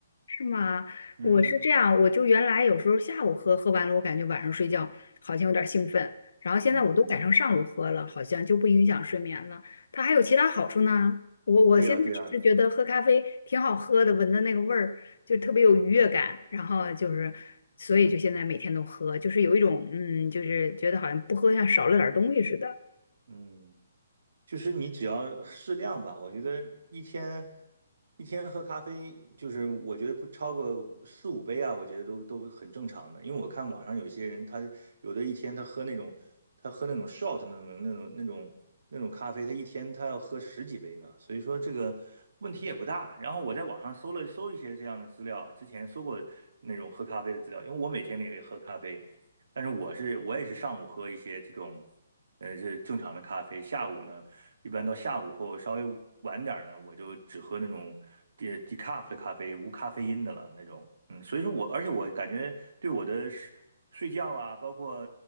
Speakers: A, on the left (about 75°); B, on the right (about 75°).
A: 是吗？
B: 嗯
A: 我是这样，我就原来有时候下午喝，喝完了我感觉晚上睡觉好像有点兴奋，然后现在我都改成上午喝了，
B: 嗯，
A: 好像就不影响睡眠了。它还有其他好处呢。我我现在只是觉得喝咖啡挺好喝的，
B: 对呀对呀，
A: 闻的那个味儿就特别有愉悦感，然后就是所以就现在每天都喝，就是有一种嗯，就是觉得好像不喝像少了点儿东西似的。
B: 嗯。就是你只要适量吧，我觉得一天一天喝咖啡，就是我觉得不超过五四五杯啊，我觉得都都很正常的。因为我看网上有些人，他有的一天他喝那种他喝那种 shot 那种那种那种那种咖啡，他一天他要喝十几杯呢，所以说这个问题也不大。然后我在网上搜了搜一些这样的资料，之前搜过那种喝咖啡的资料，因为我每天也喝咖啡，但是我是我也是上午喝一些这种。呃，是正常的咖啡。下午呢，一般到下午或稍微晚点儿呢，我就只喝那种 de decaf 的咖啡，无咖啡因的了那种。嗯，所以说我，而且我感觉对我的睡睡觉啊，包括